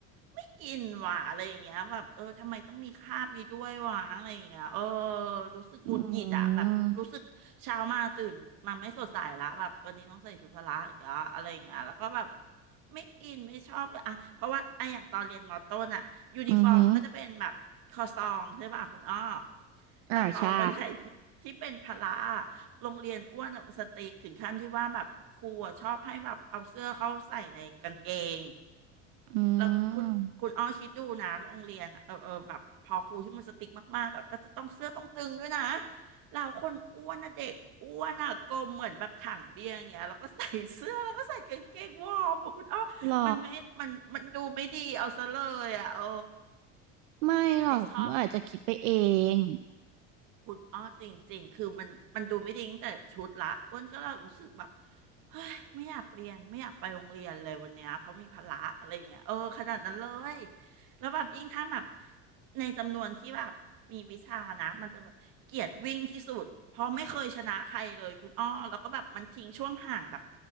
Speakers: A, on the right; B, on the right.
A: ไม่อินหว่ะอะไรอย่างเงี้ยแบบเออทำไมต้องมีคราบนี้ด้วยวะอะไรอย่างเงี้ยเออรู้สึกหงุดหงิดอะแบบรู้สึกเช้ามาตื่นมาไม่สดใสละแบบวันนี้ต้องใส่ชุดพละอีกแล้วอะไรอย่างเงี้ยแล้วก็แบบ
B: อืม
A: ไม่อินไม่ชอบเลยอะเพราะว่าอะอย่างตอนเรียนมอต้นอะยูนิฟอร์มมันก็จะเป็นแบบคอซองใช่ป่ะคุณอ้อ
B: อือหืออ่าใช่
A: แต่พอวันไหนที่ที่เป็นพละอะโรงเรียนอ้วนอะมันสติ๊กถึงขั้นที่ว่าแบบครูอะชอบให้แบบเอาเสื้อเข้าใส่ในกางเกง
B: อื
A: แล้วคุณคุณอ้อคิดดูนะโรงเรียนอะเออเออแบบพอครูที่มันสติ๊กมากๆอะก็จะต้องเสื้อต้องตึงด้วยนะ
B: ม
A: เราคนอ้วนนะเด็กอ้วนอะกลมเหมือนแบบถังเบียร์อย่างเงี้ยแล้วก็ใส่เสื้อแล้วก็ใส่กางเกงวอร์มบอะคุณอ้อมันไม่มันมันดูไม่ดีเอาซะเลยอะเออ
B: หรอไม่หรอกคุณอ้วนอาจจะคิดไปเอง
A: ไม่ชอบ คุณอ้อจริงๆคือมันมันดูไม่ดีตั้งแต่ชุดละอ้วนก็เลยรู้สึกแบบเฮ้ยไม่อยากเรียนไม่อยากไปโรงเรียนเลยวันเนี้ยเพราะมีภาระอะไรอย่างเงี้ยเออขนาดนั้นเลยแล้วแบบยิ่งถ้าแบบในจำนวนที่แบบมีวิชานะมันจะแบบเกลียดวิ่งที่สุดเพราะไม่เคยชนะใครเลยคุณอ้อแล้วก็แบบมันทิ้งช่วงห่างแบบ